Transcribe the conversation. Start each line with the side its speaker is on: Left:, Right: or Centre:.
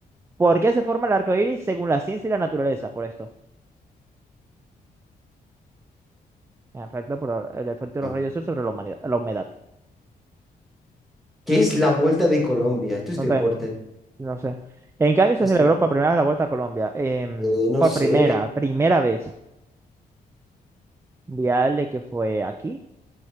Right: ¿Por qué se forma el arco iris según la ciencia y la naturaleza? Por esto. En efecto, por el efecto de
Centre: No.
Right: los rayos del sol sobre la humanidad- la humedad.
Centre: ¿Qué es la Vuelta de Colombia? Esto es
Right: No
Centre: deporte.
Right: te, no sé. ¿En qué año se
Centre: Esto,
Right: celebró por primera vez la Vuelta a Colombia? Em,
Centre: eh, no
Right: por
Centre: sé.
Right: primera, primera vez. Voy a darle que fue aquí.